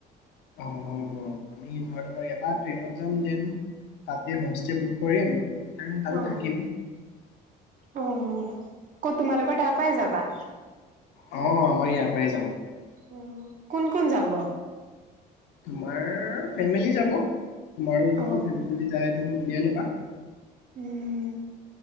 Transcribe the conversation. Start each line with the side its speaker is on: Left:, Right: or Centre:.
Left: অ আমি ধৰা তোমাৰ ইয়াৰ পৰা ট্ৰেইনত যাম দেন তাতে হোমষ্টে বুক কৰিম। দেন তাতে
Right: অ
Left: থাকিম
Right: অ ক'ত তোমালোকৰ তাৰ পৰাই যাবা?
Left: অ আমাৰ ইয়াৰ পৰাই যাম।
Right: উম কোন কোন যাব?
Left: তোমাৰ ফেমিলি যাব। তোমাৰো য
Right: অ'
Left: ফেমিলি যদি যায় উলিয়াই লবা।
Right: উম,